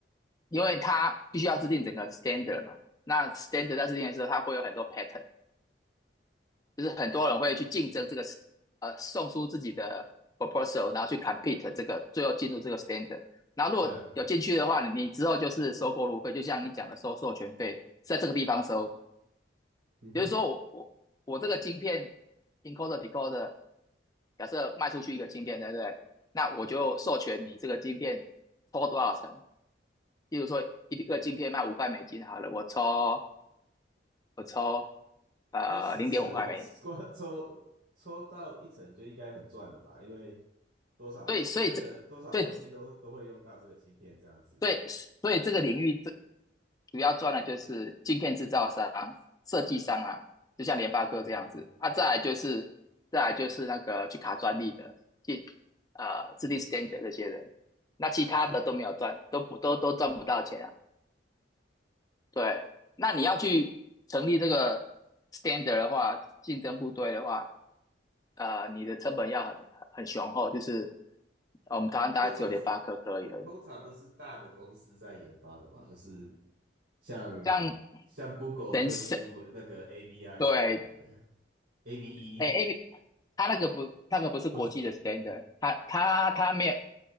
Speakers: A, on the left; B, on the right.
A: 因为他必须要制定整个 standard 嘛，那 standard 在制定的时候，它会有很多 pattern，就是很多人会去竞争这个，呃，送出自己的 proposal，然后去 compete 这个，最后进入这个 standard。然后如果有进去的话，
B: 对啊，
A: 你你之后就是收过路费，就像你讲的收授权费，在这个地方收。
B: 嗯哼。
A: 比如说我我我这个晶片 encoder decoder，假设卖出去一个晶片，对不对？那我就授权你这个晶片抽多少成。例如说一个晶片卖五块美金好了，我抽我抽呃零点五块美金，
B: 抽十层，光抽抽到一层就应该很赚了吧？因为多少这个多少东西都都会用到这个晶片，
A: 对，所以这。对，
B: 这样子，
A: 对，所以这个领域最主要赚的就是镜片制造商、设计商啊，就像联发科这样子啊，
B: 嗯嗯，
A: 再来就是再来就是那个去卡专利的，进呃制定 standard 这些人，那其他的都没有赚，
B: 这样子，
A: 都不都都赚不到钱啊。对，那你要去成立这个 standard 的话，竞争部队的话，呃，你的成本要很很雄厚，就是呃我们台湾大概只有联发科可以而已，
B: 这种都是通常都是大的公司在研发的嘛，就是像
A: 像
B: 像 Google
A: 神神
B: 推出那个 AVI
A: 对
B: 什么的，AVE
A: 哎，A，B，他那个不，那个不是国际的
B: 或者是
A: standard，他他他没有，